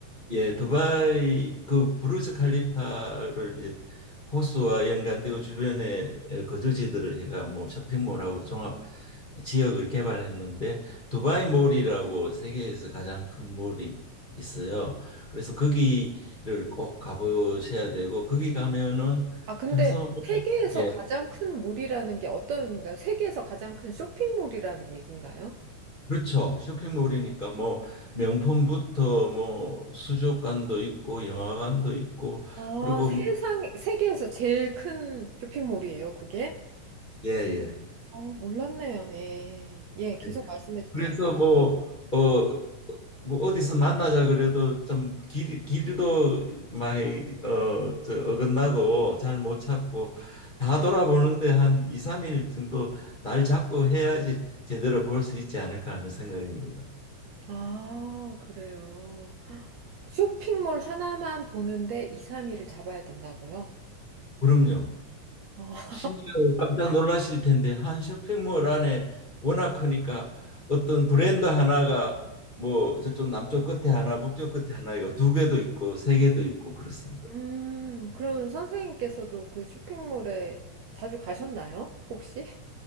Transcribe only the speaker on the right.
아, 근데
세계에서
가장 큰 몰이라는 게 어떤 의미인가요? 세계에서 가장 큰 쇼핑몰이라는 얘기인가요?
아,
세상,
세계에서 제일 큰 쇼핑몰이에요, 그게?
아, 몰랐네요. 예. 예, 계속
말씀해 주세요.
아, 그래요. 헉, 쇼핑몰 하나만 보는데 2, 3일을 잡아야 된다고요?
아,
음, 그러면 선생님께서도 그 쇼핑몰에 자주 가셨나요? 혹시?